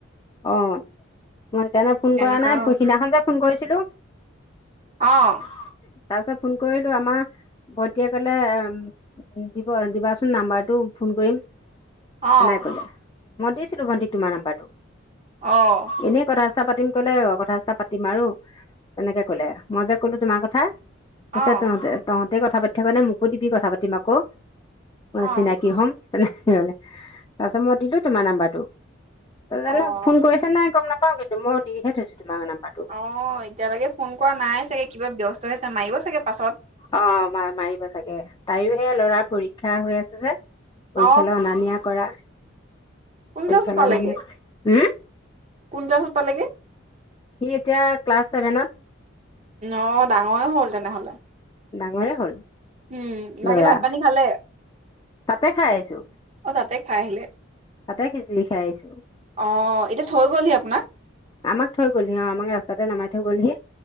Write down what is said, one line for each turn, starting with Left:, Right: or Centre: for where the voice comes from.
Left: অ'। মই সেইকাৰণে ফোন
Right: তেনেকুৱা
Left: কৰা নাই
Right: হ'ল
Left: সিদিনাখন যে ফোন কৰিছিলো।
Right: অ',
Left: তাৰপিছত ফোন কৰিলো আমাৰ ভন্টীয়ে ক'লে উম দিব দিবাচোন নাম্বাৰটো ফোন কৰিম।
Right: অ',
Left: হেনেকে ক'লে মই দিছিলো ভন্টিক তোমাৰ নাম্বাৰটো।
Right: অ'।
Left: এনেই কথা চথা পাতিম ক'লে অ' কথা চথা পাতিম আৰু। তেনেকে ক'লে মই যে ক'লো তোমাৰ কথা।
Right: অ',
Left: কৈছে তহঁতে তহঁতে কথা পাতি থকা নে মোকো দিবি কথা পাতিম আকৌ
Right: অ',
Left: চিনাকি হম। তেনেকে ক'লে তাৰপিছত মই দিলো তোমাৰ নাম্বাৰটো। তাৰপিছত
Right: অ'।
Left: জানো কৰিছেনে নাই গম নাপাওঁ কিন্তু মই দিহে থৈছো তোমাৰ নাম্বাৰটো।
Right: অ'। এতিয়ালৈকে ফোন কৰা নাই চাগে কিবা ব্যস্ত হৈ আছে মাৰিব চাগে পাছত।
Left: অ', মা-মাৰিব চাগে তাইৰো সেই ল'ৰাৰ পৰীক্ষা হৈ আছে যে।
Right: অ
Left: পৰীক্ষালৈ অনা নিয়া কৰা।
Right: কোন ক্লাছত
Left: পৰীক্ষালৈ
Right: পালেগে?
Left: অনা নিয়া কৰা, হম?
Right: কোন ক্লাছত পালেগে?
Left: সি এতিয়া ক্লাছ ছেভেনত।
Right: অ', ডাঙৰে হ'ল তেনেহ'লে।
Left: ডাঙৰে হ'ল
Right: উম, বাকী
Left: ল'ৰা,
Right: ভাত পানী খালে?
Left: তাতে খাই আহিছো।
Right: অ', তাতে খাই আহিলে।
Left: তাতে খিচিৰি খাই আহিছো
Right: অ' এতিয়া থৈ গ'লহি আপোনাক?
Left: আমাক থৈ গ'লহি অ' আমাক ৰাস্তাতে নমাই থৈ গ'লহি।